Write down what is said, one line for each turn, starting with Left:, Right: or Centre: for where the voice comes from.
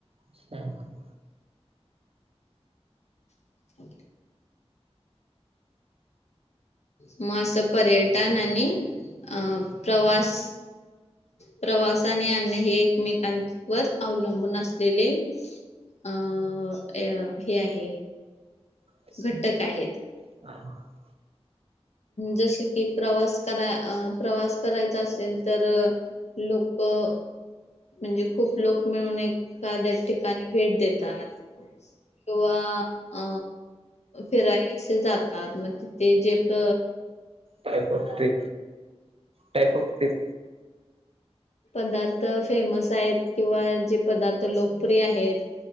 Right: <unintelligible>
Left: <inaudible> मग असं पर्य टन आणि... अ प्रवास, प्रवास आणि अन्न हे मेकांवर अवलंबून असलेले अं... हे आहे.
Right: <inaudible>
Left: घटक आहेत.
Right: <unintelligible>
Left: जसं की प्रवास करा... अ... प्रवास करायचा असेल तर लोकं म्हणजे खूप लोक मिळून एखाद्या ठिकाणी... भेट देतात. किंवा अ.. फिराय असे जातात... मग तिथे जे त.
Right: काय बगती... काय बगतीस?
Left: पदार्थ फेमस आहेत किंवा जे पदार्थ लोकप्रिय आहेत